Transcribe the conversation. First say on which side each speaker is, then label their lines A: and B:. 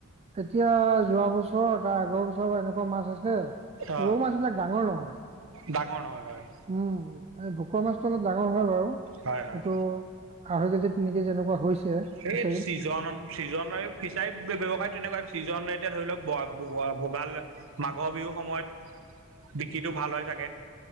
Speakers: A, on the right; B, on the right.
A: এতিয়া যোৱা বছৰ তাৰ আগৰ বছৰ বাৰ এনেকুৱা মাছ আছি <unintelligible>
B: অ
A: ৰৌ মাছবিলাক ডাঙৰ নহয়।
B: ডাঙৰ নহয় হয়
A: উম, এই ভকুৱা মাছটো অলপ ডাঙৰ হয় বাৰু,
B: হয় হয়।
A: এইটো আঢ়ৈ কেজি তিনি কেজি এনেকুৱা হৈছে।
B: সেই
A: ফিচাৰীত
B: চিজনত ছিজনৰ ফিচাৰী ব্যৱসায় তেনেকুৱাই, ছিজন এতিয়া ধৰি লওঁক <unintelligible> ভোগাল মাঘৰ বিহুৰ সময়ত বিকিটো ভাল হৈ থাকে,